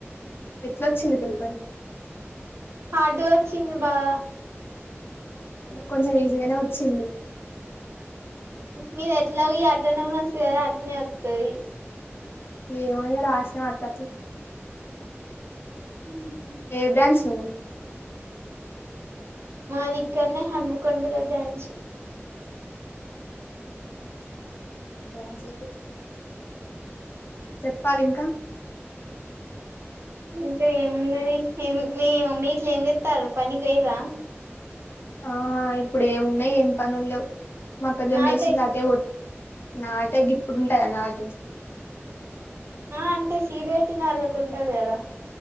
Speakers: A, on the left; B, on the right.
A: ఎట్లాొచ్చింది పేపర్
B: హార్డ్ వచ్చింది బాగా
A: కొంచం ఈజీగానే వచ్చింది
B: మీరు ఎట్లా ఈ ఆటోనమౌస్ కదా అట్నే వస్తుది
A: ఏమో ఇగ రాసినం అట్లా అట్లా
B: హ
A: ఏ బ్రాంచ్ నువు
B: మాదిక్కడనే హన్మకొండల దంచి
A: హ్మ్మ్ చెప్పాలి ఇంకా
B: ఇంకా ఏమున్నది ఏం మ్ మమ్మీ గిట్ల ఏం చెతర్రు పనికి పోయిర్రా
A: ఆ ఇప్పుడు ఏ ఉన్నాయి ఏం పనులు లేవ్ మక్కా జొన్న
B: నాటేస్
A: ఏసిండ్లు అటే పోతుర్రు నాట గిప్పుడుంటంద నాటు
B: ఆ అంటే సీడెట్టి నాళ్ళకు ఉంటది కదా